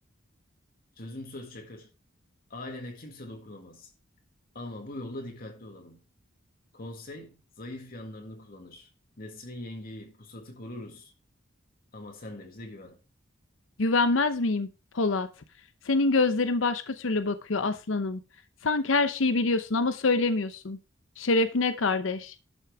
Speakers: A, on the left (about 45°); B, on the left (about 70°).
A: Sözüm söz Çakır. Ailene kimse dokunamaz. Ama bu yolda dikkatli olalım. Konsey zayıf yanlarını kullanır. Nesrin yengeyi, pusatı koruruz. Ama sen de bize güven.
B: Güvenmez miyim, Polat? Senin gözlerin başka türlü bakıyor aslanım. Sanki her şeyi biliyorsun ama söylemiyorsun. Şerefine kardeş.